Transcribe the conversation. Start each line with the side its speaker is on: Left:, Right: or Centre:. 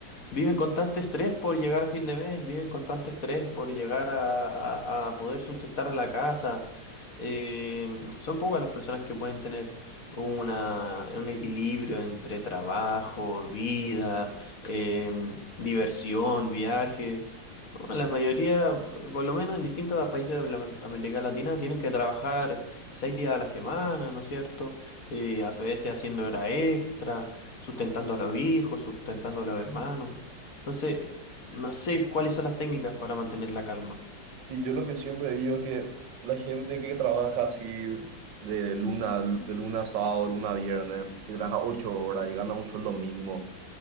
Left: Viven con tanto estrés por llegar a fin de mes, viven con tanto estrés por llegar a, a- a poder sustentar la casa. Eh, son pocas las personas que pueden tener una, un equilibrio entre trabajo, vida, em, diversión, viaje. ¿no? La mayoría, por lo menos en distintos países de la- América Latina, tienen que trabajar seis días a la semana, ¿no es cierto? Eh, a veces haciendo hora extra, sustentando a los hijos, sustentando a los hermanos. Entonces, no sé cuáles son las técnicas para mantener la calma.
Right: Y yo lo que siempre digo es que la gente que trabaja así, De luna, de luna a sábado, luna a viernes, y trabaja ocho horas y gana un sueldo mínimo.